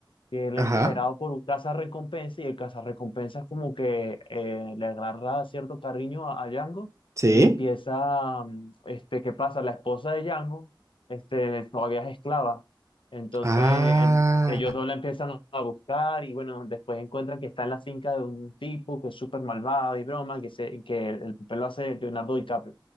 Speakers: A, on the left; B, on the right.
A: que él
B: Ajá,
A: es liberado por un cazarrecompensa y el cazarrecompensa es como que eh, le agarra cierto cariño a, a Django
B: sí.
A: y empieza, mm, este, ¿qué pasa? La esposa de Django, este, todavía es esclava, entonces
B: Ah,
A: él- ellos dos la empiezan a buscar y bueno, después encuentran que está en la finca de un tipo que es súper malvado y broma, que, se, que el papel lo hace Leonardo DiCaprio,